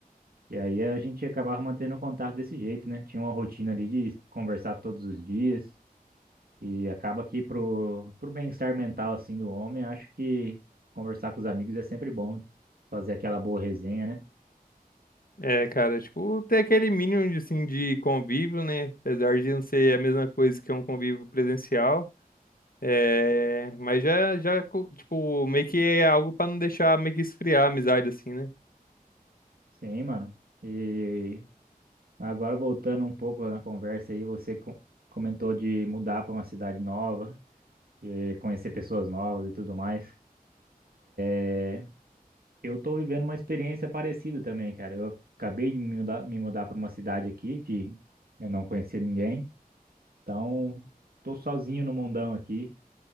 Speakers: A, on the right (about 75°); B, on the left (about 65°).
A: E aí a gente acabava mantendo o contato desse jeito, né? Tinha uma rotina ali de conversar todos os dias. E acaba que pro, pro bem-estar mental assim do homem, acho que conversar com os amigos é sempre bom. Fazer aquela boa resenha, né?
B: É, cara, tipo, ter aquele mínimo, de, assim, de convívio, né? Apesar de não ser a mesma coisa que um convívio presencial. É, mas já, já, co- tipo, meio que é algo pra não deixar meio que esfriar a amizade, assim, né?
A: Sim, mano. E agora voltando um pouco na conversa aí, você co- comentou de mudar para uma cidade nova, e conhecer pessoas novas e tudo mais. É, Eu tô vivendo uma experiência parecida também, cara. Eu acabei de me mudar, me mudar para uma cidade aqui que eu não conhecia ninguém. Então, tô sozinho no mundão aqui.